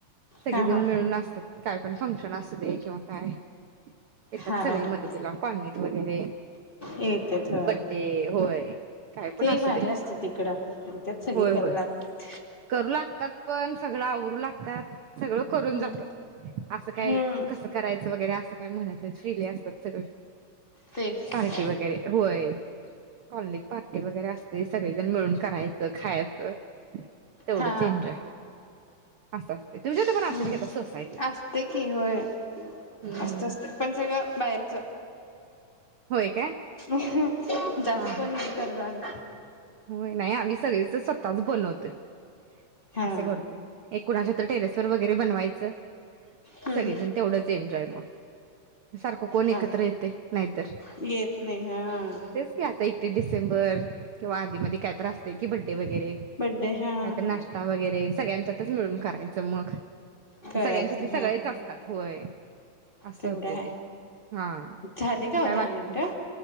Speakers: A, on the right (about 65°); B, on the left (about 20°).
A: सगळेजण
B: हा हा
A: मिळून असतात. काय पण फंक्शन असू दे किंवा काय? येतात
B: हा हा
A: सगळी मदतीला कॉलनीत वगैरे
B: येतेत हो
A: बड्डे होय काय पण
B: ते
A: असू
B: भारी
A: दे
B: असते तिकडं त्यात सगळी
A: होय
B: करू
A: होय
B: लागते
A: करू लागतात पण आवरू लागतात. सगळं करून
B: हम्म
A: जातात. असं काय
B: हम्म
A: कसं कराय्. यच वगैरे असं काय म्हणत नाहीत फ्रिली असतात सगळं.
B: तेच
A: पार्टी
B: की
A: वगैरे व्हय. कॉलनीत पार्टी वगैरे असतंय सगळीजण मिळून करायचं खायचं. तेवढंच
B: हा
A: एन्जॉय. असं. तुमच्या
B: हम्म
A: तर पण असेल की आता सोसायटीत
B: असतय की होय
A: हम्म
B: असतं
A: हम्म
B: असतं
A: हम्म
B: पण सळं बाहेरच
A: होय काय?
B: <inaudible> जास्त
A: हा
B: पण
A: हा
B: नाही कराव लागत. <inaudible>
A: होय नाही आम्ही सगळेच स्वतःच बनवतोय. ते
B: हा
A: असं करतोय. एक कुणाच्या तर टेरेसवर वगैरे बनवायचं.
B: हम्म
A: सगळीजण तेवढंच एन्जाॅय <inaudible> सारखं कोण एकत्र
B: हा
A: येतय नाहीतर
B: येत नाही हा
A: तेच की, आता एक सुट्टी डिसेंबर किंवा आधीमध्ये काय तरी असतंय कि ब् वगैरे
B: बड्डे हा
A: काय तर
B: हा
A: नाष्टा वगैरे सगळ्यांच्यातच मिळून करायचं मग
B: करायचं
A: सगळ्यांच्यातले सगळेच
B: हा
A: असतात होय. असं
B: तेवढं
A: होतय.
B: आहे
A: ते हा
B: झाली का हो
A: काय
B: दहा
A: वाटत
B: मिनिटं
A: नाही